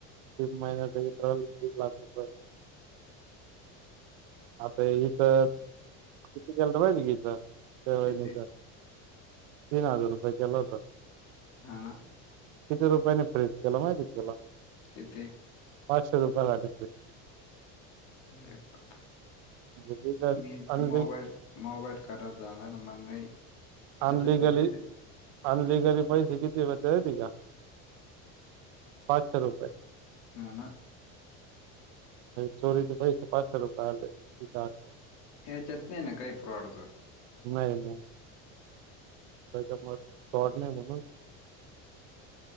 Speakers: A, on the right (about 75°); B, on the left (about 50°).
A: ती महिनात त्रल तीस लाख रुपया आता इ तरवा गी तेवाहि
B: किती?
A: का तीन हजार रुपये केल होत
B: ह ना
A: किती रुपयाने फ्रेज केला माहितीथला
B: किथे
A: पाचशे रुपय लाट
B: रेपट
A: म्हणजे लिगल
B: मी
A: अनलि
B: ते मोबाईल मोबाईल खराब झाला ना मग नाही त्याच्यात
A: अनलिगली
B: होते र
A: अनलिगली पैसे किती व येत का पाचशे रुपये
B: ना ना
A: चोरीचा पैस पाच सो रुपया आले आठ
B: हे जत नाही काही फ्रॉडत
A: नाही नाही त्याच्या मग कॉडणे म्हणून